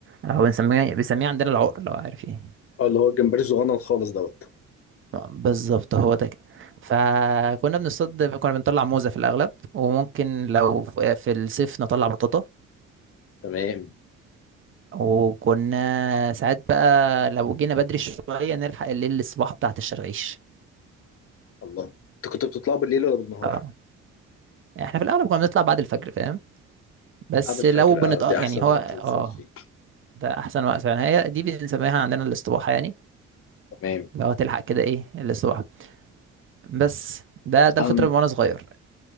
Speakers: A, on the right; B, on the left.
A: هو بنسميه بنسميه عندنا العقر لو عارف ايه
B: اه اللي هو الجمبري الصغنن خالص دوت
A: بالظبط هو ده كده فكنا بنصطاد كنا بنطلع موزه في الاغلب وممكن لو في في الصيف نطلع بطاطا
B: تمام
A: وكنا ساعات بقى لو جينا بدري شويه نلحق الليل الصباح بتاعت الشرغيش
B: الله انت كنت بتطلع بالليل ولا بالنهار
A: اه احنا في الاغلب كنا بنطلع بعد الفجر فاهم بس
B: بعد الفجر
A: لو بنت
B: اه دي
A: يعني
B: احسن
A: هو
B: وقت
A: اه
B: تصطاد فيه
A: ده احسن وقت فعلا هي دي بنسميها عندنا الاستباحه يعني
B: تمام
A: لو هتلحق كده ايه الاستباحه بس ده ده
B: انا
A: الفتره من وانا صغير